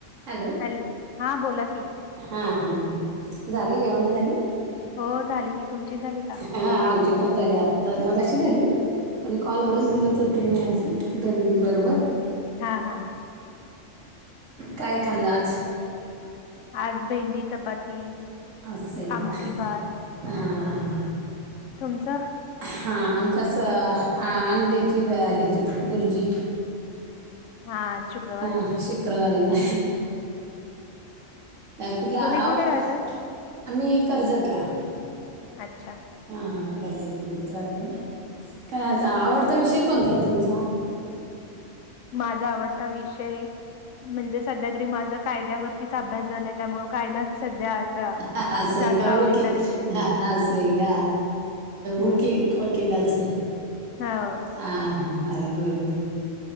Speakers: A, on the right (about 70°); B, on the left (about 70°).
A: Hello.
B: Hello हां बोला की.
A: हा हा झालं जेवणा झाली.
B: हो झाली की तुमचीच झाली. का
A: हा आमचे पण झाले आता मग अशी झाली. मण कॉलवररच बोलत होते मा असं दघिं बरोबर.
B: हां हां.
A: काय खाल्ला आज.
B: आज भेंडी चपाती.
A: ह सय
B: आमटी
A: ग
B: भात
A: हा हा.
B: तुमचं.
A: हा आमच्या स अंड्याची ह्याची बुरजी.
B: हा शुक्रवार
A: हा
B: आहे ना
A: शुक्रवारी ना कुठला
B: तुम्ही कुठे
A: आव
B: राहता
A: आम्ही कर्जतला
B: अच्छा
A: हा हा गरजेेत म्ह तेेच राहते काय आवडता विषय कोणता आहे तुमचा
B: माझा आवडता विषय म्हणजे सध्या तरी माझ कायद्यावरतीच अभ्यास झालाय त्यामु कायदाच सध्या आता
A: हा
B: जास्त
A: का
B: आवडीचा
A: ओके
B: विषय
A: हा स का
B: हम्म
A: ओके ओकेलाच
B: हो
A: ह हां ह अे बर बर